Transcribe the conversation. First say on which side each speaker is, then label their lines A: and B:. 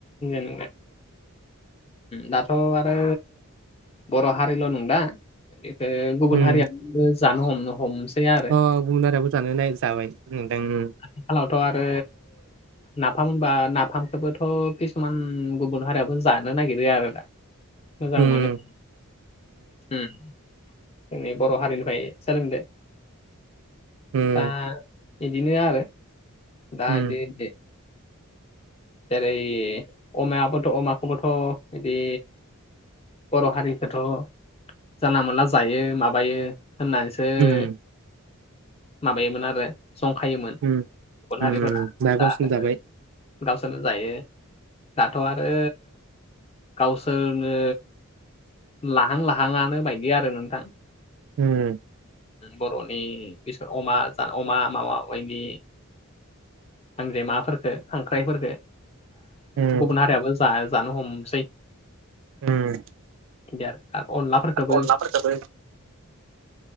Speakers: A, on the left; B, on the right.
A: उम दाथ' आरो बर' हारिल' नंदा बेखौ गुबुन
B: उम
A: हारिया जानो हमनो हमसै आरो
B: अ गुबुन हारियाबो जानो नाय जाबाय नोंथां।
A: आथिखालावथ' आरो नाफाम होनबा नाफामखौबोथ' किसुमान गुबुन हारियावबो जानो नागिरो आरोना। मोजां
B: उम
A: मोनो उम जोंनि बर' हारिनिफ्राय सोलोंदो
B: उम
A: आ इदिनो आरो दा
B: उम
A: इदि जेरै अमायाबोथ' अमाखौबोथ' इदि बर' हारिखौथ' जानला मोनला जायो माबायो होननानैसो ओ
B: उम
A: माबायोमोन आरो जंखायोमोन गुबुन
B: उम उम
A: हारिफोरा
B: ना
A: दा
B: गावसिन
A: आरो
B: जाबाय
A: गावसोरनो जायो दाथ' आरो गावसोरनो लाहां लाहांआनो बायदि आरो नोंथां
B: उम
A: बर'नि बिसोर अमा जानो अमा माबा बायदि गांजेमाफोरखो खांख्राइफोरखो
B: उम
A: गुबुन हारियाबो जानो हमनोसै
B: उम
A: द आरो आरो अनलाफोरखौबो
B: अनलाफोरखौबो